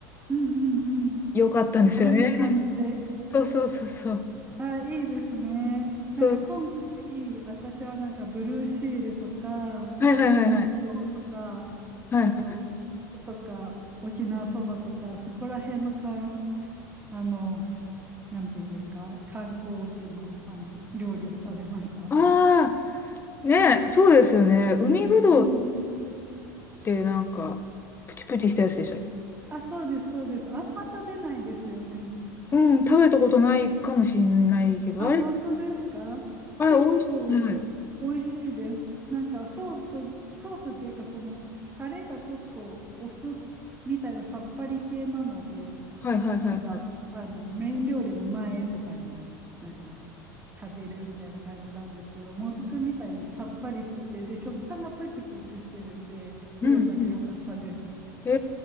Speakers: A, on the right; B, on the left.
A: うんうんうん。
B: よかったんですよね。
A: 軽い感じで。
B: そうそうそうそう。
A: あ、いいですね。
B: そう
A: なんか今回、私はなんかブルーシールとか、
B: はいはいはいはい。
A: 海ぶどうとか、
B: はいはい。
A: あと、もずくとか、沖縄そばとか、そこら辺のかん、あの、なんて言うんですか、観光地の、あの料理を食べました。
B: ああ、ね、そうですよね。海ぶどうっ
A: うんうん。
B: てなんか、プチプチしたやつでしたっけ
A: あ、そうです、そうです。あんま食べないですよね。
B: うん、食べたことないかもしれないけど、
A: あ、
B: あれ、
A: 本当ですか結構
B: あれ、美味しい。はい。
A: 美味しいです。なんかソース、ソースっていうかそのタレがちょっとお酢みたいなさっぱり系なので、
B: はいはいはいはい。
A: なんかあのメイン料理の前とかになんか食べるみたいな感じなんですけど、もずくみたいにさっぱりしてて、で食感がプチプチしてるんで、すごいなんか良かったです。
B: うんうん。え